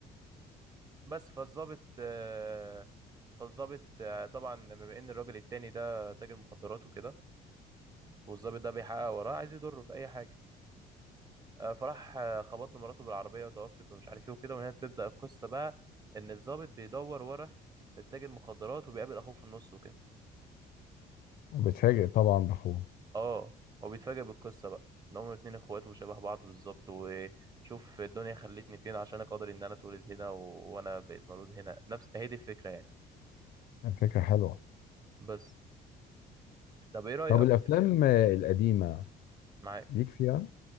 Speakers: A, on the right; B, on the left.
A: بس فالظابط آه، فالظابط آه، طبعا بما ان الراجل التاني ده تاجر مخدرات وكده والظابط ده بيحقق وراه عايز يضره في اي حاجه آه، فراح آه، خبط له مراته بالعربيه وتوفت ومش عارف ايه وكده وهنا بتبدا القصه بقى ان الظابط بيدور ورا التاجر مخدرات وبيقابل اخوه في النص وكده
B: وبتفاجئ طبعا باخوه
A: اه وبيتفاجئ بالقصه بقى ان هما الاتنين اخوات وشبه بعض بالظبط وشوف الدنيا خلتني فين عشان اقدر ان انا اتولد هنا و... وانا بقيت مولود هنا نفس هي دي الفكره يعني
B: الفكره حلوه
A: بس طب ايه رايك
B: طب الافلام القديمه
A: معاك
B: ليك فيها